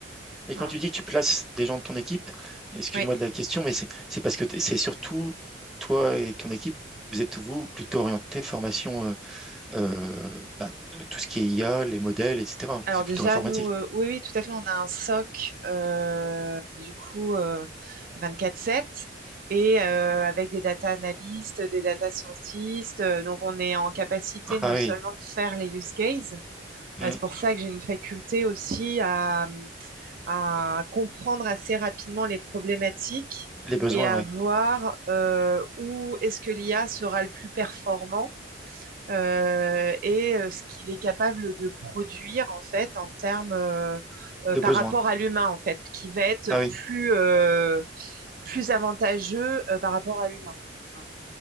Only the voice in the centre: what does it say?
Et
quand tu dis que tu places des gens de ton équipe, excuse-moi
de la question, mais c'est c'est parce que t'es- c'est surtout toi et ton équipe, vous êtes vous plutôt orienté formation, euh, euh, bah, euh, tout ce qui est IA, les modèles, etc.
C'est
plutôt informatique.
Ah
oui,
hmm,
Les besoins,
ouais,
de
besoins.
Ah oui,